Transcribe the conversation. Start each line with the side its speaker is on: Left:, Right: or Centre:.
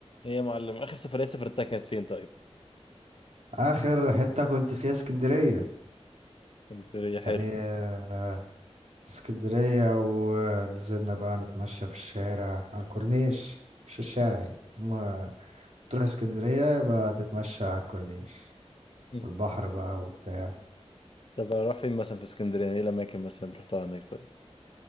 Left: ايه يا معلم اخر سفريه سافرتها كانت فين طيب
Right: اخر حتة كنت فيها اسكندرية
Left: اسكندريه حلو
Right: يعني آه، اسكندرية ونزلنا بقى نتمشى في الشارع على الكورنيش مش الشارع يعني ما تروح اسكندرية يبقى تتمشى على الكورنيش
Left: مم.
Right: والبحر بقى وبتاع
Left: طب اروح فين مثلا في اسكندريه يعني ايه الاماكن مثلا اللي رحتها هناك طيب